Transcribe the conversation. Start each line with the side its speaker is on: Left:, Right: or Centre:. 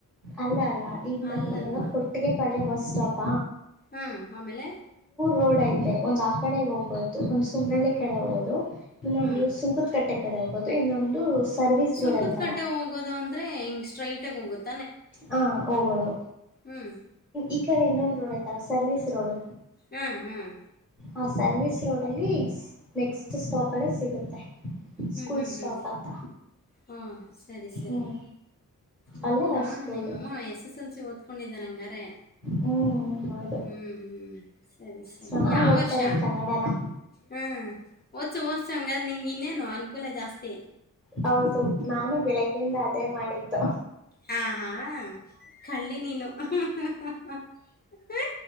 Centre: ಅಲ್ಲ ಅಲ್ಲ ಈಗ
Left: ಅಲ್ಲಲ್ವಾ?
Centre: ನಾವು ಇವಾಗ ಕೊಟ್ಟಿಗೆಪಾಳ್ಯ ಬಸ್ ಸ್ಟಾಪ
Left: ಹ್ಮ್ ಆಮೇಲೆ
Centre: ರೋಡ್ ಐತೆ ಒಂದ್ ಆ ಕಡೆಗೆ ಹೋಗೋದು ಒಂದು ಸುಮ್ನಳ್ಳಿ ಕಡೆ ಹೋಗೋದು ಇನ್ನೊಂದು
Left: ಹ್ಮ್.
Centre: ಸುಂಕದ್ ಕಟ್ಟೆ ಕಡೆ ಹೋಗಬಹುದು ಇನ್ನೊಂದು ಸರ್ವಿಸ್
Left: ಸುಂಕುದ್
Centre: ರೋಡ್ ಐತಲ್ಲ
Left: ಕಟ್ಟೆ ಹೋಗೋದು ಅಂದ್ರೆ ಹಿಂಗ್ ಸ್ಟ್ರೈಟ್ ಆಗ ಹೋಗುತ್ತೆ
Centre: ಹ ಹೋಗೋದು
Left: ಹ್ಮ್.
Centre: ಈ ಕಡೆ ಇನ್ನೊಂದು ರೋಡ್ ಐ್ತಲ್ಲ ಸರ್ವಿಸ್ ರೋಡ್
Left: ಹ್ಮ್ ಹ್ಮ್
Centre: ಆ ಸರ್ವಿಸ್ ರೋಡ್ ಅಲ್ಲಿ ನೆಕ್ಸ್ಟ್ ಸ್ಟಾಪ್ ಅಲ್ಲೆ ಸಿಗುತ್ತೆ
Left: ಹ್ಮ್
Centre: ಸ್ಕೂಲ್
Left: ಹ್ಮ್
Centre: ಸ್ಟಾಪ್
Left: ಹ್ಮ್
Centre: ಅಂತ
Left: ಹಾ ಸರಿ ಸರಿ
Centre: ಹ್ಮ್
Left: ಹೌದಾ
Centre: ಅಲ್ಲೇ ಅವ್ರ ಸ್ಕೂಲು
Left: ನಿಮ್ಮಮ್ಮ ಎಸ್ ಎಸ್ ಎಲ್ ಸಿ ಓದ್ಕೊಂಡಿದಿದ್ದಾರೆ ಹಂಗಾರೆ
Centre: ಹ್ಮ್ ಹೌದು
Left: ಹ್ಮ್ ಹ್ಮ್ ಸರಿ ಸರಿ
Centre: ಚೆನ್ನಾಗ್
Left: ಯಾವ
Centre: ಓದ್ತಾರೆ
Left: ವರ್ಷ
Centre: ಕನ್ನಡನ
Left: ಹ್ಮ್ ಓದಸು ಓದ್ಸು ಹಾಗಂಗಾದ್ರೆ ನಿಂಗೆ ಇನ್ನೇನು ಅನುಕೂಲ ಜಾಸ್ತಿ
Centre: ಹೌದು ನಾನು ಬೆಳಿಗ್ಗೆ ಇಂದ ಅದೇ ಮಾಡಿದ್ದು
Left: ಹಾ ಹಾ ಕಳ್ಳಿ ನೀನು <unintelligible> ಹ